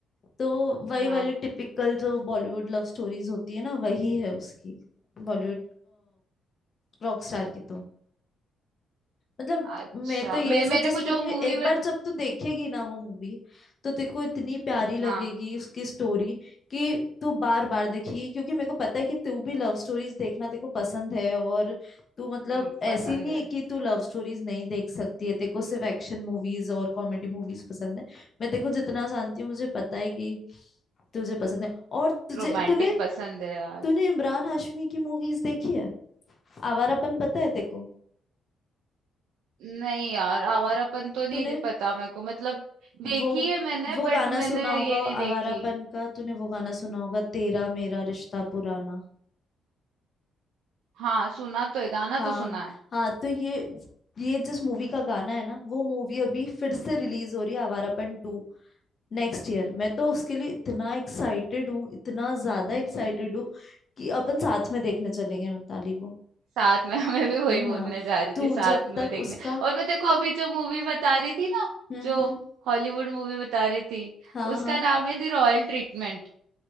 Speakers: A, on the left (about 45°); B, on the right (about 80°).
A: तो वही
B: हाँ
A: वाली टिपिकल जो बॉलीवुड लव स्टोरीज होती है ना वही है उसकी बॉलीवुड रॉक स्टार की तो मतलब
B: अच्छा
A: मैं तो ये
B: मैं
A: सजेस्ट
B: मैं तेको
A: करूंगी
B: जो मूवी
A: एक बार
B: बत...
A: जब तू देखेगी ना वो मूवी तो तेरे को इतनी प्यारी लगेगी
B: हाँ
A: उसकी स्टोरी कि तू बार बार देखेगी क्योंकि मेरे को पता है कि तू भी लव स्टोरीज देखना तेरे को पसंद है और तू मतलब
B: हम्म, पसंद
A: ऐसी नहीं
B: है
A: है कि तू लव स्टोरीज नहीं देख सकती है तेरे को सिर्फ एक्शन मूवीज और कॉमेडी मूवीज पसंद है मैं तेरे को जितना जानती हूँ मुझे पता है कि तुझे पसंद है और तुझे
B: रोमांटिक
A: तूने
B: पसंद है यार
A: तूने इमरान हाशमी की मूवीज देखी है आवारापन पता है तेरे को
B: नहीं यार आवारापन तो नहीं
A: तूने
B: दिख- पता मेरे को मतलब देखी
A: वो
B: है मैंने
A: वो
B: बट
A: गाना
B: मैंने
A: सुना होगा
B: ये नहीं देखी
A: आवारापन का तूने वो गाना सुना होगा तेरा मेरा रिश्ता पुराना
B: हाँ सुना तो है गाना
A: हाँ
B: तो सुना है
A: हाँ तो ये ये जिस मूवी का गाना है ना वो मूवी अभी फिर से रिलीज हो रही है आवारापन टू नेक्स्ट ईयर मैं तो उसके लिए इतना एक्साइटेड हूँ इतना ज्यादा
B: <laughs>
A: एक्साइटेड हूँ कि अपन साथ में देखने चलेंगे मिताली वो
B: साथ में <laughs> मैं भी वही
A: हाँ
B: बोलने जा रही
A: तू
B: थी साथ
A: जब तक
B: में देखने
A: उसका
B: और मैं तेरे को अभी जो मूवी बता रही थी ना
A: हम्म
B: जो
A: हम्म
B: हॉलीवुड मूवी बता रही थी
A: हाँ
B: उसका
A: हाँ
B: नाम है the royal treatment